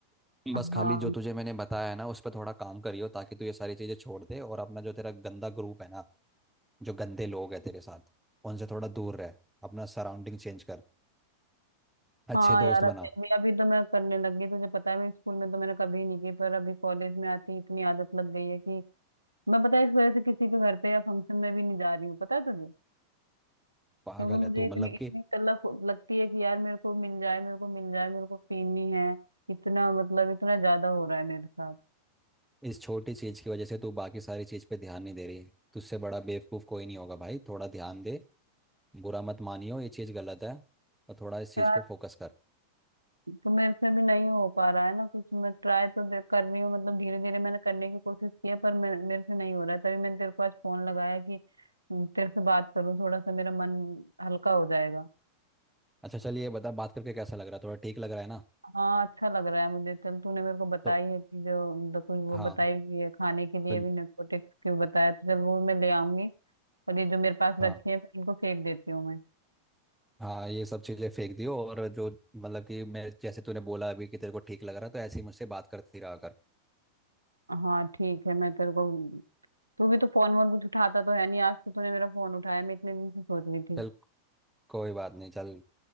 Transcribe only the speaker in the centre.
बस खाली जो तुझे मैंने बताया है ना उस पर थोड़ा काम करियो ताकि तू ये सारी चीज़ें छोड़ दे और अपना जो तेरा गंदा ग्रुप है ना जो गंदे लोग हैं तेरे साथ उनसे थोड़ा दूर रह अपना सराउंडिंग चेंज कर अच्छे
दोस्त
बना
पागल
है तू
मतलब
कि
इस छोटी चीज़ की वजह से तू बाकी सारी चीज़ पे ध्यान नहीं दे रही तुझसे बड़ा बेवकूफ़ कोई नहीं होगा भाई थोड़ा ध्यान दे बुरा मत मानियो ये चीज़ गलत है और थोड़ा इस चीज़
पे फोकस कर
अच्छा चलिए बता बात करके कैसा लग रहा है थोड़ा ठीक लग रहा है ना
तो
हाँ
तो
हाँ
हाँ ये सब चीज़ें फेंक दियो और जो मतलब कि मैं जैसे तूने बोला अभी कि तेरे को ठीक लग रहा है तो ऐसे ही मुझसे बात करती रहा कर
चल कोई बात नहीं चल